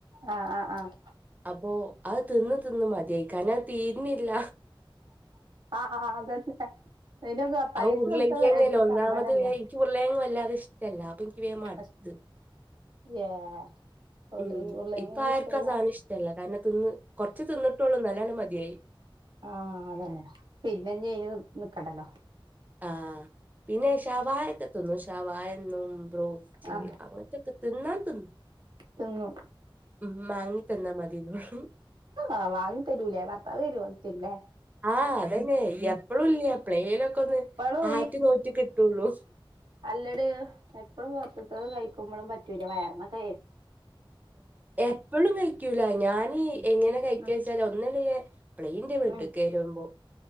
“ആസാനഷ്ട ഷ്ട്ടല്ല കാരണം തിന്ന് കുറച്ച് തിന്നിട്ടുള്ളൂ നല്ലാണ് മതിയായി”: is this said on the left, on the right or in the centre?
Right